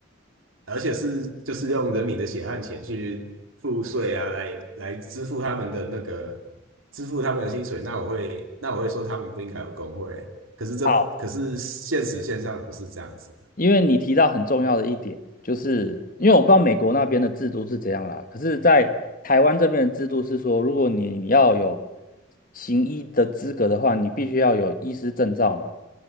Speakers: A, on the right; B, on the left.
A: 而且是就是用人民的血汗钱去付税啊，来来支付他们的那个支付他们的薪水，那我会那我会说他们不应该有工会，可是这可是现实现象不是这样子，
B: 好。因为你提到很重要的一点，就是因为我不知道美国那边的制度是怎样啦，可是，在台湾这边的制度是说，如果你要有行医的资格的话，你必须要有医师证照嘛。